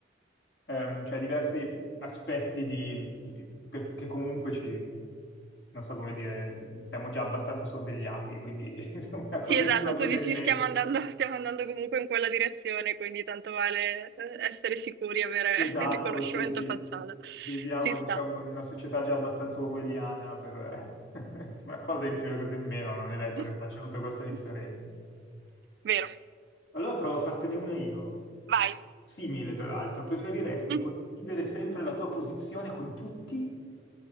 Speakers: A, on the left; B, on the right.
A: ehm, cioè diversi aspetti di, perché comunque ci, non so come dire, siamo già abbastanza sorvegliati, quindi <laughs> una cosa
B: Sì, esatto,
A: in più, una cosa
B: tu dici
A: in meno.
B: stiamo andando, stiamo andando comunque in quella direzione, quindi tanto vale eh, essere sicuri e avere
A: Esatto,
B: il riconoscimento
A: sì, sì.
B: facciale.
A: Viviamo,
B: Ci sta.
A: diciamo, in una società già abbastanza orwelliana per eh, <laughs> una cosa in più, una cosa in meno, non è detto
B: <laughs>
A: che faccia tutta questa differenza.
B: Vero.
A: Allora provo a fartene una io.
B: Vai.
A: Simile, tra l'altro, preferiresti
B: Mm.
A: condividere sempre la tua posizione con tutti